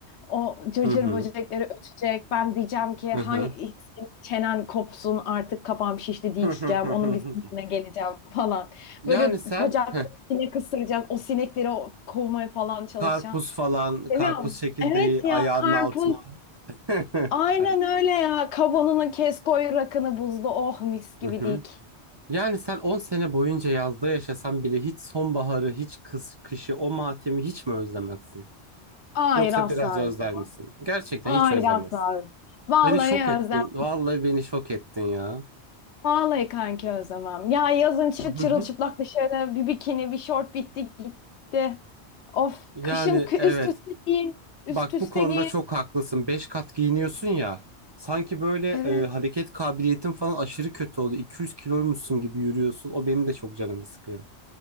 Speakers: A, on the left; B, on the right.
A: O cırcır
B: Hı hı.
A: böcekleri ötecek. Ben diyeceğim ki
B: Hı
A: hay
B: hı.
A: senin çenen kopsun artık kafam şişti diyeceğim.
B: <laughs>
A: Onun bir sinirine geleceğim falan.
B: Yani
A: Böyle
B: sen
A: bacaklarım
B: heh,
A: sinek ısıracak. O sinekleri o- kovmaya falan çalışacağım.
B: karpuz falan, karpuz
A: Seviyorum.
B: çekirdeği
A: Evet
B: ayağının
A: ya karpuz.
B: altına. <laughs>
A: Aynen
B: Aynen.
A: öyle ya. Kavanını kes koy rakını buzlu. Oh mis gibi
B: Hı hı.
A: dik.
B: Yani sen on sene boyunca yazda yaşasan bile hiç sonbaharı, hiç kız, kışı, o matemi hiç mi özlemezsin?
A: Hayır
B: Yoksa
A: asla
B: biraz özler
A: özlemem.
B: misin? Gerçekten
A: Hayır
B: hiç özlemezsin.
A: asla özlemem. Vallahi
B: Beni şok ettin.
A: özlem.
B: Vallahi beni şok ettin ya.
A: Vallahi kanki özlemem. Ya yazın çık
B: Hı
A: çırılçıplak
B: hı.
A: dışarı bir bikini bir şort bitti gitti. Of
B: Yani
A: kışın kı-
B: evet.
A: üst üste giyin. Üst
B: Bak
A: üste
B: bu konuda
A: giyin.
B: çok haklısın. Beş kat giyiniyorsun ya. Sanki böyle e,
A: Evet.
B: hareket kabiliyetin falan aşırı kötü oldu. 200 kiloymuşsun gibi yürüyorsun. O benim de çok canımı sıkıyor.